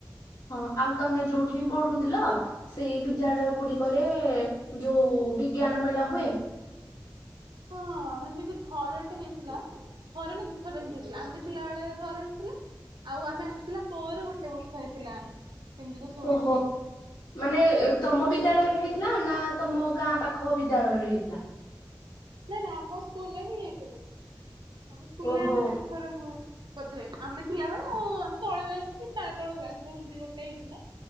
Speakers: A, on the left; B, on the right.
A: ହଁ ଆଉ ତମେ ଯୋଉଠି ପଢୁଥିଲ ସେଇ ବିଦ୍ୟାଳୟ ଗୁଡିକରେ ଯୋଉ ବିଜ୍ଞାନ ମେଳା ହୁଏ?
B: ହଁ ସେମିତି ଥରେଟେ ହେଇଥିଲା ଥରେ ନା ଦି ଥରେ ହେଇଥିଲା ଆମେ ଥିଲାବେଳେ। ଥରେ ହେଇଥିଲା ଆଉ ଆମେ ଆସିଥିଲା ପରେ ଗୋଟେ ବର୍ଷ ହେଇଥିଲା। ଏମିତିକୁ ଶୁଣିଥିଲି।
A: ଓହୋ ମାନେ ତମ ବିଦ୍ୟାଳୟରେ ହେଇଥିଲା ନା ତମ ଗାଁ ପା ଖ ବିଦ୍ୟାଳୟରେ ହେଇଥିଲା?
B: ନାଇ ନା ଆମ ସ୍କୁଲରେ ହିଁ ହେଇଥିଲା। <inaudible> ଆମ ସ୍କୁଲରେ
A: ଓହୋ
B: ଆମେ ଦୁଥର ପୁଅ ବୋଧେ ଆମେ ଥିଲାବେଳେ ଆଉ ଆମେ ତଳେ ବ୍ୟାଜ କି ତା ତଳେ ବଆଜରେ ଏମତି ଗୋଟେ ହେଇଥିଲା।